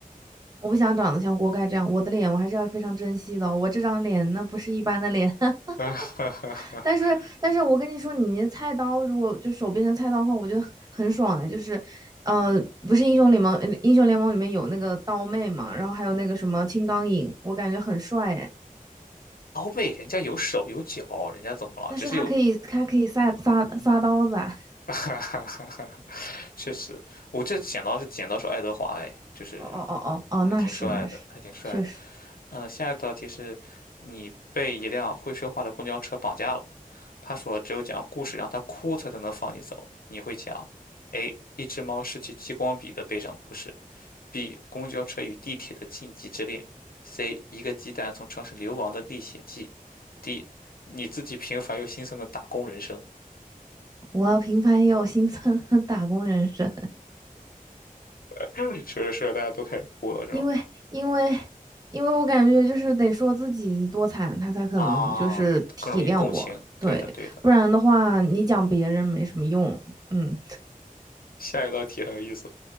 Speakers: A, on the right; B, on the left.
A: 我不想长得像锅盖这样，我的脸我还是要非常珍惜的。我这张脸那不是一般的脸，<laughs>
B: <laughs>
A: 但是但是我跟你说，你那菜刀如果就手变成菜刀的话，我觉得很很爽哎。就是，呃，不是英雄联盟，呃英雄联盟里面有那个刀妹嘛，然后还有那个什么青钢影，我感觉很帅哎。
B: 欧美人家有手有脚，人家怎么了？
A: 但是他可以他可以撒撒撒刀子啊。
B: 只是有。<laughs> 哈哈哈哈，确实，我这剪刀是剪刀手爱德华，哎，就是
A: 哦哦哦哦哦，
B: 还挺帅的，
A: 那是那是，
B: 还挺帅的。
A: 确实，
B: 嗯，下一道题是，你被一辆会说话的公交车绑架了，他说只有讲故事让他哭，他才能放你走。你会讲：A. 一只猫失去激光笔的悲伤故事；B. 公交车与地铁的禁忌之恋；C. 一个鸡蛋从城市流亡的历险记；D. 你自己平凡又心酸的打工人生。
A: 我要平凡也有心酸的打工人生。
B: <laughs> 说着说着，大家都开始哭了，是吗？
A: 因为因为因为我感觉就是得说自己多惨，他才可能就是体谅我，
B: 啊，更容易共情。
A: 对，
B: 对的，对的。
A: 不然的话你讲别人没什么用。嗯，
B: 下一道题很有意思，